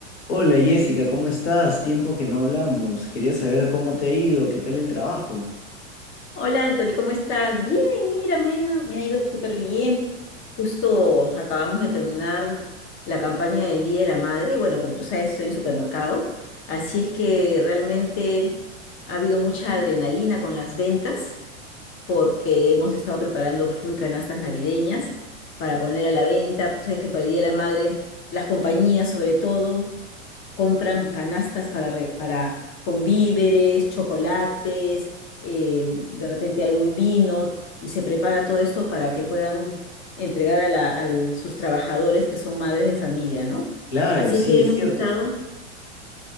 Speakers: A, on the left (about 55°); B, on the left (about 35°).
A: Hola Jessica, ¿cómo estás? Tiempo que no hablamos. Quería saber cómo te ha ido, qué tal el trabajo.
B: Hola Anthony, ¿cómo estás? Bien, mira, me ha ido, me ha ido súper bien. Justo acabamos de terminar la campaña del Día de la Madre. Bueno, como tú sabes, estoy en supermercado, así es que realmente ha habido mucha adrenalina con las ventas porque hemos estado preparando full canastas navideñas para poner a la venta. Tú sabes que para el Día de la Madre, las compañías sobre todo compran canastas para, re- para, con víveres, chocolates, eh, de repente algún vino, y se prepara todo esto para que puedan entregar a, la, a sus trabajadores que son madres de familia, ¿no?
A: Claro,
B: Así
A: sí,
B: es que
A: es
B: hemos
A: cierto.
B: estado,